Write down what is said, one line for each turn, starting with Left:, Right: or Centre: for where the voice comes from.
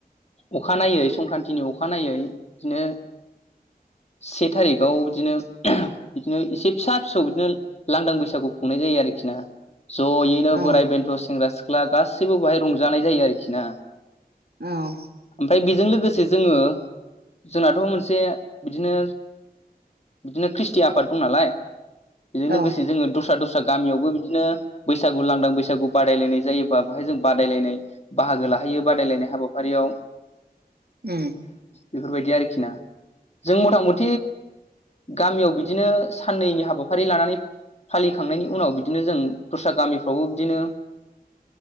Left: अखानायै संक्रान्तिनि अखानायै बिदिनो से थारिखाव बिदिनो बिदिनो इसे फिसा फिसौ बिदिनो लांदां बैसागु खुंनाय जायो आरोखि <unintelligible> जयैनो
Right: औ
Left: बोराय बेन्थ' सेंग्रा सिख्ला गासैबो बहाय रंजानाय जायो आरोखि ना
Right: औ
Left: फाय बेजों लोगोसे जोङो जोंनाथ' मोनसे बिदिनो बिदिनो ख्रिस्टि आफाद दं नालाय बेजों लोगोसे
Right: औ
Left: जोङो दस्रा दस्रा <unintelligible> गामियावबो बिदिनो बैसागु लांदां बैसागु बादायलायनाय जायोबा बाहाय जों बायलायनाय बाहागो ला लाहैयो बादायलायनाय हाबाफारियाव
Right: उ
Left: बेफोरबायदि आरोखि ना जों मथा मथि गामियाव बिदिनो साननैनि हाबाफारि लानानै फालिखांनायनि उनाव बिदिनो जों दस्रा गामिफ्रावबो बिदिनो